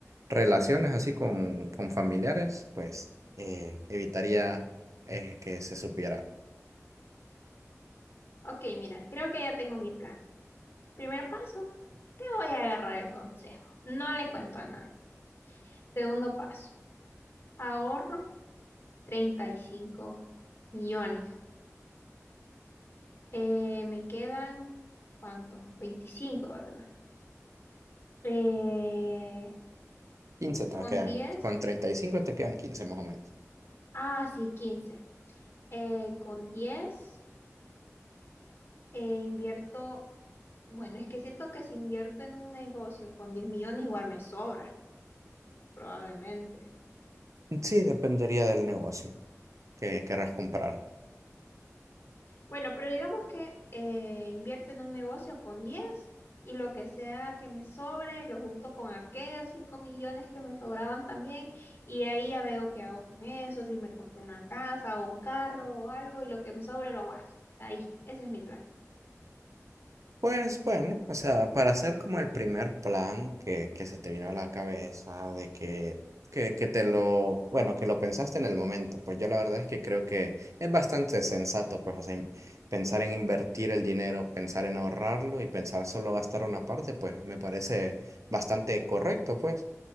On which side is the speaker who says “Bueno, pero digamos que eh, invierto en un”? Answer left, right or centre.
Left